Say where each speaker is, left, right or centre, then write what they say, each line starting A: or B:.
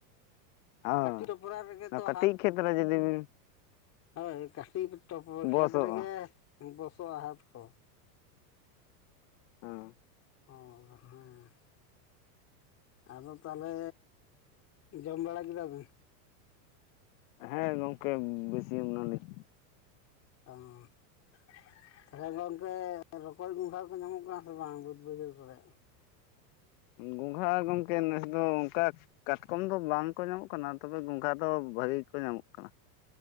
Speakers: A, on the left; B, on the left.
A: ᱦᱳᱭ
B: ᱠᱟᱹᱴᱤᱡ ᱴᱚᱯᱨᱟ ᱨᱮᱜᱮ ᱛᱚ
A: ᱠᱟᱹᱴᱤᱡ
B: ᱦᱟᱛ᱾
A: ᱠᱷᱮᱛᱨᱮ ᱡᱩᱫᱤ ᱵᱤᱱ
B: ᱦᱳᱭ ᱠᱟᱹᱴᱤᱡ ᱴᱚ
A: ᱵᱚᱥᱚᱜᱼᱟ
B: ᱠᱷᱮᱛ ᱨᱮᱜᱮ ᱵᱚᱥᱚᱜᱼᱟ ᱦᱟᱛ ᱠᱚ᱾
A: ᱦᱮᱸ
B: ᱚᱸ ᱦᱮᱸ ᱟᱫᱚ ᱛᱟᱦᱚᱞᱮ ᱡᱚᱢ ᱵᱟᱲᱟ ᱠᱮᱫᱟ ᱵᱮᱱ?
A: ᱦᱮᱸ ᱜᱚᱝᱠᱮ ᱵᱟᱹᱥᱤᱭᱟᱹᱢ ᱱᱟᱞᱤᱧ᱾
B: <unintelligible> ᱛᱚᱵᱮ ᱜᱚᱢᱠᱮ ᱨᱚᱠᱚᱡ ᱜᱚᱸᱜᱷᱟ ᱠᱚ ᱧᱟᱢᱚᱜ ᱠᱟᱱᱟ ᱥᱮ ᱵᱟᱝ ᱵᱟᱹᱫ ᱵᱟᱹᱭᱦᱟᱹᱲ ᱠᱚᱨᱮ?
A: ᱜᱚᱸᱜᱷᱟ ᱜᱚᱢᱠᱮ ᱱᱮᱥ ᱫᱚ ᱚᱱᱠᱟ ᱠᱟᱴᱠᱚᱢ ᱫᱚ ᱵᱟᱝᱠᱚ ᱧᱟᱢᱚᱜ ᱠᱟᱱᱟ, ᱛᱚᱵᱮ ᱜᱚᱝᱜᱷᱟ ᱫᱚ ᱵᱷᱟᱹᱜᱤ ᱜᱮ ᱠᱚ ᱧᱟᱢᱚᱜ ᱠᱟᱱᱟ᱾